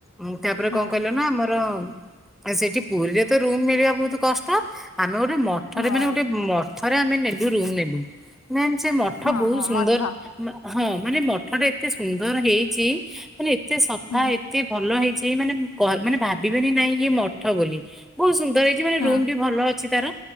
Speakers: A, in the centre; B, on the left.
A: ମୁଁ ତାପରେ
B: ହଁ
A: କଣ କହିଲ ନା ଆମର। ର ସେଠି ପୁରୀରେ ତ ରୁମ ମିଳିବା ବହୁତ କଷ୍ଟ ଆମେ ଗୋଟେ ମ ମଠରେ
B: ହଁ
A: ମାନେ ଗୋଟେ ମଠରେ ଆମେ ନେଲୁ ରୁମ୍ ନେଲୁ। ମ୍ୟାମ ସେ ମଠ
B: ହଁ
A: ବହୁତ
B: ହଁ
A: ସୁନ୍ଦର।
B: ମଠ
A: ହଁ ମାନେ ମଠ ଟା ଏତେ ସୁନ୍ଦର ହେଇଛି ମାନେ। ଏତେ ସଫା
B: ହୁଁ
A: ଏତେ ଭଲ ହେଇଛି ମାନେ କ ମାନେ ଭା ଭାବିବେନି ନାଇଁ ଇଏ ମଠ ବୋଲି ବହୁତ ସୁନ୍ଦର ହେଇଛି। ମାନେ
B: ହଁ
A: ରୁମ ବି ଭଲ ଅଛି ତାର‌।